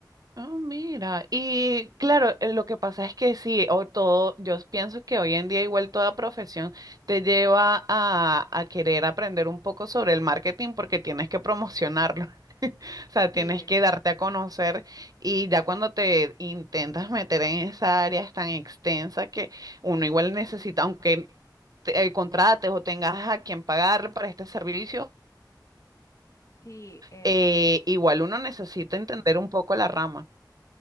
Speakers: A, on the right (about 55°); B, on the left (about 45°).
A: Ah, mira, y claro, eh, lo que pasa es que sí, o todo, yo pienso que hoy en día igual toda profesión te lleva a, a querer aprender un poco sobre el marketing porque tienes que promocionarlo, <laughs> o sea,
B: Sí,
A: tienes
B: eh,
A: que darte a conocer y ya cuando te intentas meter en esa área es tan extensa que uno igual necesita, aunque te- eh, contrates o tengas a quien pagarle para este servicio,
B: sí, este,
A: eh, igual uno necesita entender un poco la rama.